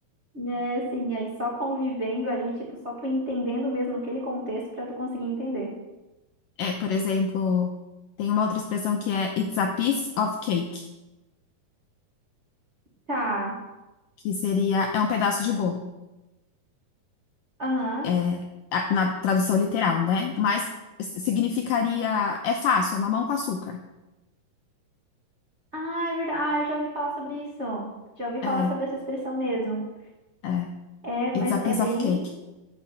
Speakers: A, on the right; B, on the left.
A: Né, sim, aí só convivendo ali, tipo, só tu entendendo mesmo aquele contexto pra tu conseguir entender.
B: É, por exemplo, tem uma outra expressão que é It's a piece of cake,
A: Tá.
B: que seria é um pedaço de bolo,
A: Aham.
B: é, a- na tradução literal, né? Mas s- significaria é fácil, é mamão com açúcar.
A: Ah, é verdade. Ah, eu já ouvi falar sobre isso. Já ouvi
B: É,
A: falar sobre essa expressão mesmo.
B: é.
A: É, mas
B: It's a
A: é
B: piece
A: bem.
B: of cake.